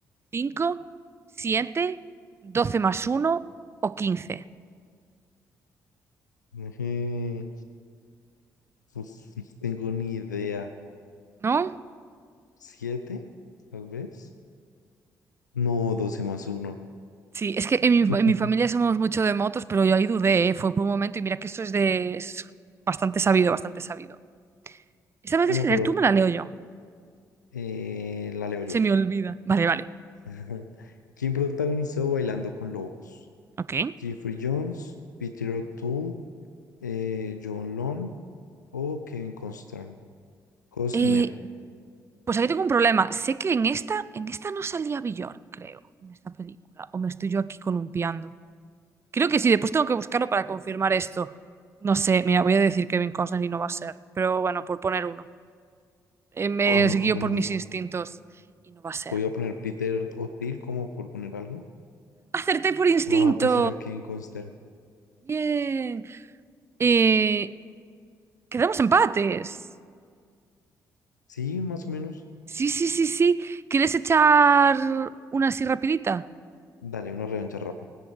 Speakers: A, on the right; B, on the left.
A: ¿Cinco, siete, doce más uno o quince?
B: Ujú, Pues no tengo ni idea.
A: ¿No?
B: ¿Siete? Tal vez. No, doce más uno.
A: Sí, es que en mi,
B: <laughs>
A: en mi familia somos mucho de motos, pero yo ahí dudé, ¿eh? Fue por un momento y mira que eso es de. es bastante sabido, bastante sabido. Esta vez
B: Bueno,
A: es que leer
B: pero
A: tú me la leo yo.
B: eh, la leo yo.
A: Se me olvida. Vale, vale.
B: <laughs> Ajá. ¿Quién protagonizó Bailando con Lobos?
A: Ok.
B: ¿Jeffrey Jones, Peter O'Toole, eh, John Lone o Kevin Constan- Costner?
A: Eh, Pues aquí tengo un problema. Sé que en esta, en esta no salía Villor, creo, en esta película. O me estoy yo aquí columpiando. Creo que sí, después tengo que buscarlo para confirmar esto. No sé, mira, voy a decir Kevin Costner y no va a ser. Pero bueno, por poner uno. Eh, me
B: Buah, no
A: guío
B: tengo
A: por
B: ni
A: mis
B: idea.
A: instintos y no va a ser.
B: Voy a poner Peter O'Toole como por poner algo.
A: ¡Acerté por instinto!
B: Buah, pues era Kevin Costner.
A: Bien. Eh, quedamos empates.
B: Sí, más o menos.
A: Sí, sí, sí, sí. ¿Quieres echar una así rapidita?
B: Dale, una revancha rápida.